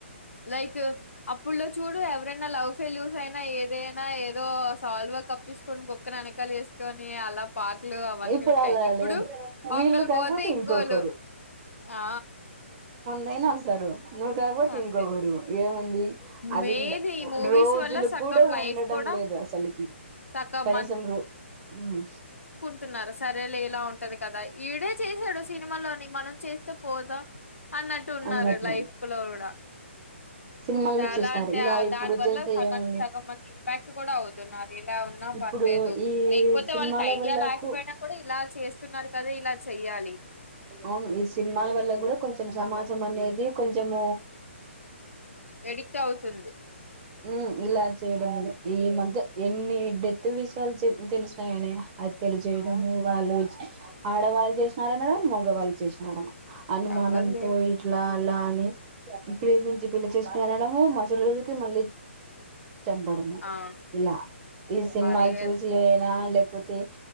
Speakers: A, on the left; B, on the right.
A: లైక్ అప్పుడ్లో చూడు ఎవరైనా లవ్ ఫెల్యూస్ అయినా ఏదైనా ఏదో సాల్వ్ కప్పిస్ స్కొని కుక్కని ఎనక్ క్కలు ఏసుకొని అలా పాటలు అవన్నీ
B: ఇప్పుడు
A: ఉండేయి
B: అలా
A: ఇప్పుడు
B: లేదు
A: ఒక్కలు
B: వీళ్ళు కాకపోతే
A: పోతే ఇంకోలు
B: ఇంకొకరు
A: ఆ
B: నైనా వస్తారు నువ్వు కాకపోతే
A: అంతే
B: ఇంకొకరు ఏముంది అది
A: మెయిన్ ఈ మూవీస్
B: రోజులు
A: వల్ల సగం
B: కూడా
A: లైఫ్
B: ఉండటం
A: కూడా
B: లేదు అసల్కి
A: సగం
B: కనీసం రో ఉమ్
A: టున్నారు అస్ సరేలేలా ఉంటది కదా ఈడే చేశాడు సినిమాలోని మనం చేస్ తేపోదా అన్నట్టు ఉన్నారు
B: అన్నట్లు
A: లైఫ్ లో కూడ
B: సినిమాల్లో
A: అలా
B: చేస్తారు
A: అంటే
B: ఇలా
A: ఆ
B: ఇప్పుడు
A: దాని వల్ల
B: చేస్తే
A: సగానికి
B: ఏముంది
A: సగం మంది ఇంపాక్ట్ కూడా అవుతున్నారు. ఇలా ఉన్నా
B: ఇప్పుడు
A: పర్లేదు
B: ఈ
A: లేకపోతే
B: సినిమాల
A: వాళ్ళకి ఐడియా
B: వల్లకు
A: లేకపోయినా కూడా ఇలా చేస్తున్నారు కదా ఇలా చెయ్యాలి.
B: అవును ఈ సినిమాల వల్ల కూడా కొంచం సమాజ్ అనేది కొంచము
A: ఎడిక్ట్ అవుతుంది
B: హు ఇలా చేయడము ఈ మధ్య ఎన్ని డెత్ విషయాలు తెలిసినాయని అద్ తెలియజేయడము
A: అవును
B: వాళ్ళు ఆడవాళ్ళు చేసినారు అనుడే మగవాళ్ళు చేసిన అనడమే అనుమానంతో
A: ఎవరు లేరు
B: ఇ అలా అని ప్రేమించి పెళ్లి చేసుకుని అనడము మరుసటి రోజుకి మళ్ళీ చంపడము
A: అవును
B: ఇలా ఈ సినిమాలు
A: అదే
B: చూసి అయినా లే లేకపోతే